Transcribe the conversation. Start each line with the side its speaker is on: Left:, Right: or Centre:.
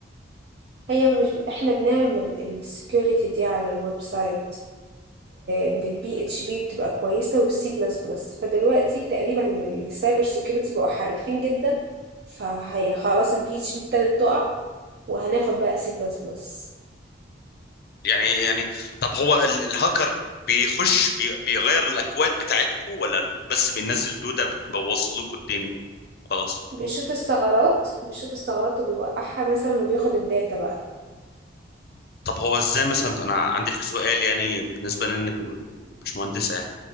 Right: هي مش احنا بنعمل السكيورتي دي على الويب سايت بالبي اتش بي بتبقى كويسه والسي بلس بلس فدلوقتي تقريبا السايبر سكيورتي بقوا حرفين جدا فهي خلاص البي اتش بي ابتدت تقع وهناخد بقى سي بلس بلس
Left: يعني يعني طب هو ال- الهاكر بيخش بي- بيغير الاكواد بتاعتكم ولا ال- بس بينزل دودة بتبوظ لكم الدنيا خلاص
Right: بيشوف الثغرات بيشوف الثغرات وبيوقعها مثلا وبياخد الداتا بقى
Left: طب هو ازاي مثلا انا عندي لك سؤال يعني بالنسبة لانك م- مش مهندسة يعني